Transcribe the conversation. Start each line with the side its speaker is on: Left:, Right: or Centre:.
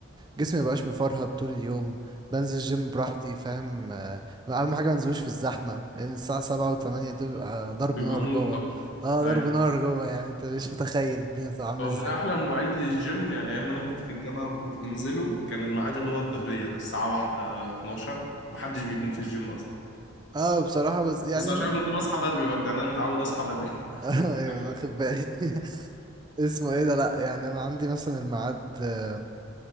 Right: جسمي مبقاش مفرهد طول اليوم بنزل جيم براحتي فاهم آه، اهم حاجه منزلوش في الزحمه لان الساعه سبعة وتمانية دول بيبقى ضرب
Left: بيبقى
Right: نار
Left: موت
Right: جوه
Left: طبعا
Right: اه
Left: ايوه
Right: ضرب نار جوه يعني انت مش متخيل الدنيا بتبقى عامله
Left: هو
Right: ازاي
Left: من احلى المواعيد للجيم يعني ايام ما انا كنت في الجامعه وكنت بنزله كان الميعاد اللي هو الظهريه ده الساعه 1 12 محدش بيكون في الجيم اصلا
Right: اه بصراحه بس يعني
Left: بس عشان
Right: ممكن
Left: كنت بصحى
Right: <laughs>
Left: بدري ببدا يعني انا متعود اصحى بدري
Right: ايوه
Left: <laughs> لكن
Right: انا واخد بالي <laughs> اسمه ايه ده لا يعني انا عندي مثلا الميعاد آه،